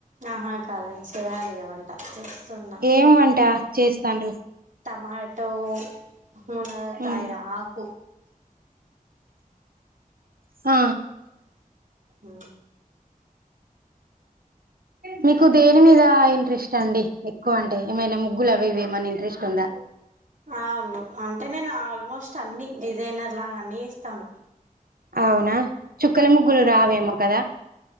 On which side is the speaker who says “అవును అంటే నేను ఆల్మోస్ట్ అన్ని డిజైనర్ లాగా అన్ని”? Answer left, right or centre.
Right